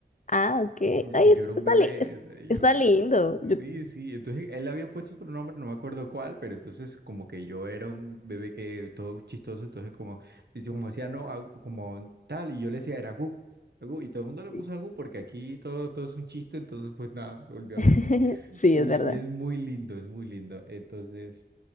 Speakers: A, on the left; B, on the right.
A: Ah, ok. Ay,
B: que yo
A: es-
B: era un
A: está,
B: bebé,
A: li- es-
B: o sea, y
A: está
B: yo,
A: lindo. Yo-
B: Sí, sí, entonces él había puesto otro nombre, no me acuerdo cuál, pero entonces como que yo era un bebé que todo chistoso, entonces como, y como decía, no, Agu- como tal, y yo le decía, era Agu, Agu, y todo el mundo
A: sí.
B: le puso Agu porque aquí todo, todo es un chiste, entonces pues nada, volvió
A: <laughs>
B: Agu.
A: Sí,
B: Y,
A: es verdad.
B: y es muy lindo, es muy lindo. Entonces,